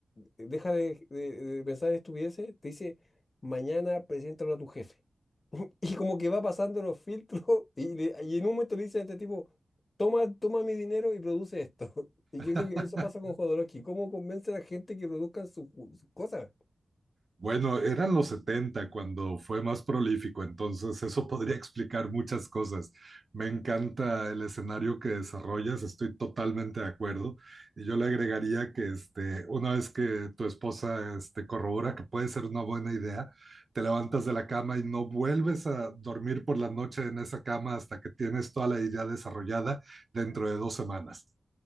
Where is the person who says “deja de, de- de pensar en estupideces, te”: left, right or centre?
Left